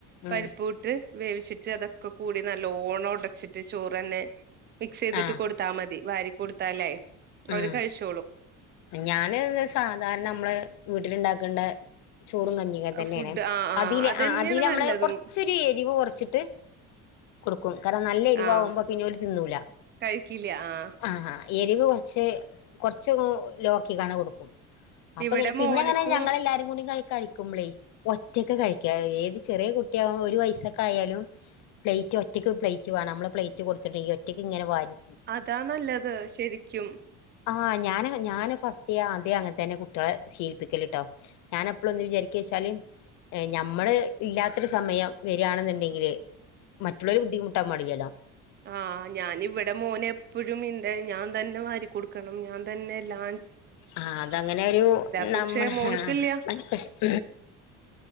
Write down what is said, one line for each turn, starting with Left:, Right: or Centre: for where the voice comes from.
Left: ഉം
Right: പരിപ്പു ഇട്ട് വേവിച്ചിട്ട് അതൊക്കെ കൂടി നല്ലോണം ഒടച്ചിട്ട് ചോറന്നെ മിക്സ് ചെയ്തിട്ട്
Left: ആഹ്
Right: കൊടുത്താ മതി വാരി കൊടുത്താലേ അവര്
Left: ഉം
Right: കഴിച്ചോളും
Left: ഞാന് ത് സാധാരണ നമ്മള് വീട്ടില ഇണ്ടാക്കേണ്ട ചോറും കഞ്ഞിക്ക തന്നെയാണെ
Right: ഫുഡ് ആഹ് ആഹ്
Left: അതില്
Right: അതന്നെയാണ്
Left: ആ അതില് നമ്മള്
Right: നല്ലതും
Left: കൊറച്ചൊരു എരിവ് കെറച്ചിട്ട് കൊടുക്കും കാരണം നല്ല എരിവകുമ്പോ
Right: ആഹ്
Left: പിന്നെ അവര് തിന്നൂല
Right: കഴിക്കില്ല ആഹ്
Left: ആഹ എരിവ് കെ ക്ഷെ കെറച്ച് ലോക്കി കണ കൊടുക്കും അപ്പൊ
Right: ഇവിടെ
Left: പിന്നെ
Right: മോന്ക്കും
Left: അങ്ങനെ ഞങ്ങ എല്ലാരും കൂടി ക കഴി ക് പ്ലേ ഒറ്റക്ക് കഴിക്കുക ഏത് ചെറിയ കുട്ടിയാക്മ്പ ഒരു വയസക്കെ ആയാലും പ്ലേറ്റ് ഒറ്റക്ക് പ്ലേറ്റ് വേണം നമ്മൾ പ്ലേറ്റ് കൊടുത്തിട്ടുണ്ടെങ്കി ഒറ്റയ്ക്ക് ഇങ്ങനെ വാരി
Right: അതാ നല്ലത് ശരിക്കും
Left: ആഹ ഞാൻ ഞാന് ഫസ്റ്റ് ആദ്യം അങ്ങനെ തന്നെ കുട്ടികളെ ശീപ്പിക്കല് ട്ടോ ഞാൻ എപ്പളന്ന് വിചാരിക്കവെച്ചാല് നമ്മള് ഇല്ലാത്തൊരു സമയം വരുകയാണെന്നുണ്ടെങ്കില് മറ്റുള്ളവര് ബുദ്ധിമുട്ടാൻ പാടില്ലല്ലോ
Right: ആഹ് ഞാന് ഇവിടെ മോന് എപ്പോഴും ഇന്ത ഞാൻ തന്നെ വാരി കൊടുക്കണം ഞാൻ തന്നെ എല്ലാ
Left: ആ അതങ്ങനെ ഒരു
Right: പക്ഷെ
Left: നമ്മള്
Right: മോൾക്കില്ല
Left: ആഹ ന്നാലും പക്ഷെ <inaudible>